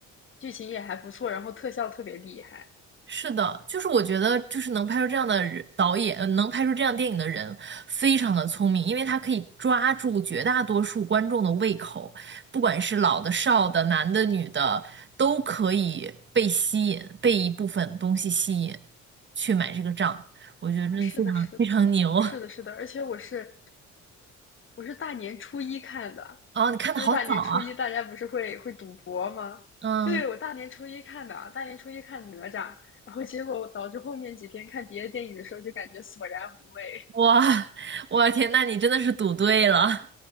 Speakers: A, on the left; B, on the right.
A: 剧情也还不错，然后特效特别厉害
B: 是的，就是我觉得，就是能拍出这样的人导演，呃能拍出这样电影的人，非常的聪明，因为他可以抓住绝大多数观众的胃口，不管是老的、少的、男的、女的，都可以被吸引，被一部分东西吸引，去买这个账。我觉得真的非常非常牛。
A: 啊，是的，是的，是的，
B: <laughs>
A: 是的，而且我是我是大年初一看的，
B: 哦，你看的好早啊，
A: 就是大年初一大家不是会会赌博吗？
B: 嗯，
A: 对，我大年初一看的，大年初一看哪吒，然后结果导致后面几天看别的电影的时候就感觉索然无味。
B: 哇，<laughs> 我天，那你真的是赌对了。